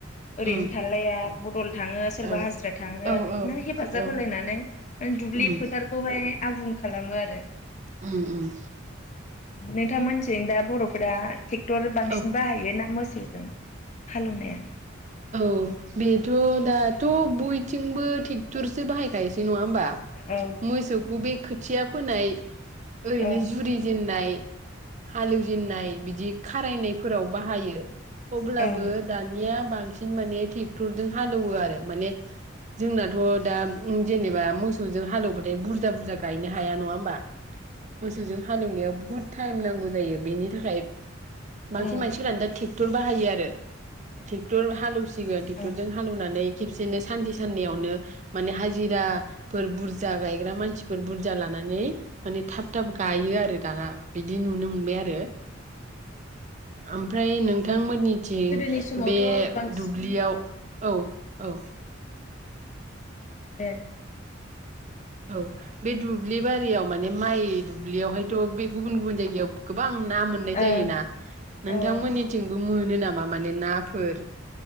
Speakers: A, on the left; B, on the right.
A: ओरैनो
B: उम
A: थालाया बदल थाङो सोरबा
B: औ
A: हाजिरा
B: औ
A: बिदिनो
B: औ
A: हेफाजाब
B: औ
A: होलायनानै दुब्लि
B: उम
A: फोथारखौहाय आबुं खालामो आरो
B: उम उम
A: नोंथांमोनिथिं दा बर'फोरा ट्रेक्टर बांसिन
B: औ
A: बाहायो ना मोसौ जों हालेवनाया
B: औ बेथ' दाथ' बयथिंबो ट्रेक्टरसो बाहायखायोसै नङा होमबा
A: औ
B: मोसौखौ बे खोथिया फोनाय ओरैनो
A: औ
B: जुरि जेेननाय हालेवजेननाय बिदि खारायनायफोराव बाहायो अब्लाबो
A: औ
B: दानिया बांसिन माने थेकटरजों हालौवो आरो माने जोंनाथ' दा जेनेबा मोसौजों हालेवबाथाय बुरजा बुरजा गायनो हाया नङा होमबा मोसौजों हालेवनायाव बुहुद टाइम नांगौ जायो बेनि थाखाय बांसिन
A: औ
B: मानसिफोरानो दा थेक ट्रेक्टर बाहायो आरो ट्रेक्टर <unintelligible> सिगोन ट्रेक्टरजों
A: औ
B: हालौनानै खेबसेनो सानदि साननैयावनो माने हाजिरा फोर बुरजा गायग्रा मानसिफोर बुरजा लानानै माने थाब थाब गायो आरो दाना बिदि नुनो मोनबाय आरो ओमफ्राय नोंथांमोननिथिं
A: गोदोनि समावथ'
B: बे
A: बांसिन
B: दुब्लियाव औ औ
A: दे
B: औ बे दुब्लि बारियाव माने माइ दुब्लियावहायथ' बे गुबुन गुबुन जायगायाव गोबां ना मोननाय जायोना
A: ओं
B: नोंथांमोननिथिंबो
A: औ
B: मोनो नामा मा माने नाफोर